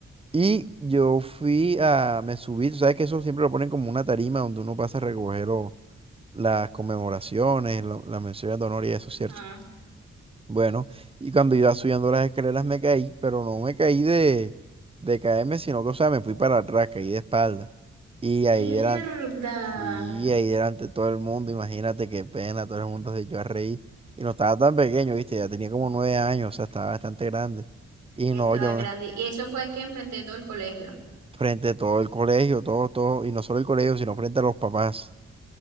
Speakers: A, on the right; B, on the right.
A: Y yo fui a, me subí, tú sabes que eso siempre lo ponen como una tarima donde uno pasa a recoger lo- las conmemoraciones, lo- las menciones de honor y eso,
B: Ajá.
A: ¿cierto? Bueno, y cuando iba subiendo las escaleras me caí, pero no me caí de, de caerme, sino que, o sea, me fui para atrás, caí de espalda. Y ahí
B: Mierda.
A: delante, sí, ahí delante todo el mundo, imagínate qué pena, todo el mundo se echó a reír. Y no estaba tan pequeño, viste, ya tenía como nueve años, o sea, estaba bastante grande. Y
B: Ya
A: no,
B: Estaba
A: yo
B: grande.
A: me,
B: Y eso fue que enfrenté todo el colegio.
A: frente a todo el colegio, todo, todo, y no solo el colegio, sino frente a los papás.